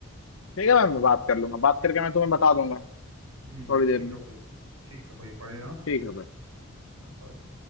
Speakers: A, on the left; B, on the right.
A: ठीक है भाई, मैं बात कर लूंगा बात करके मैं तुम्हें बता दूंगा
B: हम्म
A: थोड़ी देर
B: ठीक
A: में
B: है भाई ठीक है भाई बाय हाँ
A: ठीक है भाई
B: bye।